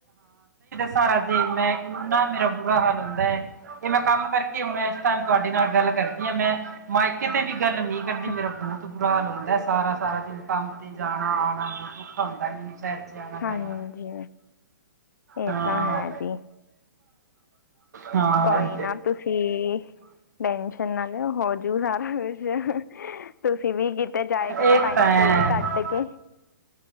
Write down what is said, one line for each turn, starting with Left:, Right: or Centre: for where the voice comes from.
Right: ਸਾਰਾ ਦਿਨ ਮੈਂ, ਇੰਨਾ ਮੇਰਾ ਬੁਰਾ ਹਾਲ ਹੁੰਦਾ ਐ। ਇਹ ਮੈਂ ਕੰਮ ਕਰਕੇ ਹੋਣਾ ਇਸ ਟਾਇਮ ਤੁਹਾਡੇ ਨਾਲ ਗੱਲ ਕਰ ਨਾ ਮੈਂ ਮਾਇਕੇ ਤੇ ਵੀ ਗੱਲ ਨੀ ਕਰਦੀ,
Left: ਹਾਂ
Right: ਮੇਰਾ ਬਹੁਤ ਬੁਰਾ ਹਾਲ ਹੋ ਸਾਰਾ-ਸਾਰਾ ਦਿਨ ਕੰਮ ਤੇ ਜਾਣਾ ਆਉਣਾ ਬਹੁਤ ਔਖਾ ਹੁੰਦਾ। 'ਚ ਆਣਾ ਜਾਣਾ
Left: ਹਾਂਜੀ, ਇਹ
Right: ਹਾਂ
Left: ਤਾਂ ਹੈ ਜੀ
Right: ਹਾਂ
Left: ਕੋਈ
Right: ਹਮ,
Left: ਨਾ ਤੁਸੀਂ ਟੈਨਸ਼ਨ ਨਾ ਲਿਓ ਹੋਜੂ ਸਾਰਾ ਕੁਛ ਤੁਸੀਂ ਵੀ ਕਿਤੇ ਜਾਇ ਕਰੋ
Right: ਇਹ
Left: ਟਾਈਮ
Right: ਤਾਂ ਹੈ।
Left: ਟਮ ਕੱਢ ਕੇ।